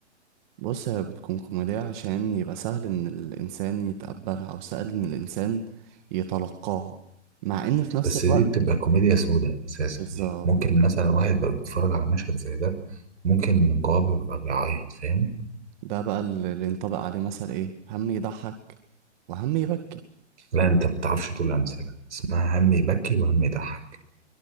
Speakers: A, on the right; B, on the right.
A: بص هي بتكون كوميدية عشان يبقى سهل ان الانسان يتقبلها او سهل ان الانسان يتلقاها مع ان في نفس
B: بس
A: الوقت
B: دي بتبقى كوميديا سوداء اساسا
A: بالظبط
B: يعني ممكن مثلا واحد بقى بيتفرج على مشهد زي ده ممكن من جواه بيبقى بيعيط فاهم
A: ده بقى ال- اللي ينطبق عليه مثل ايه هم يضحك وهم يبكي
B: لا انت ما بتعرفش تقول امثله اسمها هم يبكي وهم يضحك